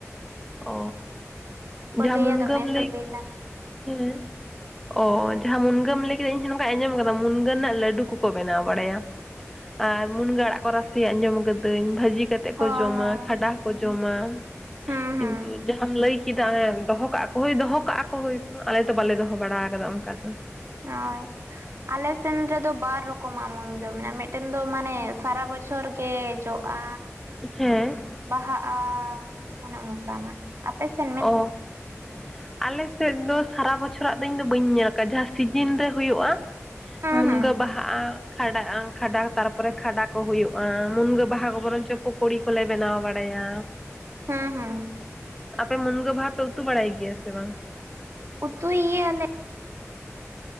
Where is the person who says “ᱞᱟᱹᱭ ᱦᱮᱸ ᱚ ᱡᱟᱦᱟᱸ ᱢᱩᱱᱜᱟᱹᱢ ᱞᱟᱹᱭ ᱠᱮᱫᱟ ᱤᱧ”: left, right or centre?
Centre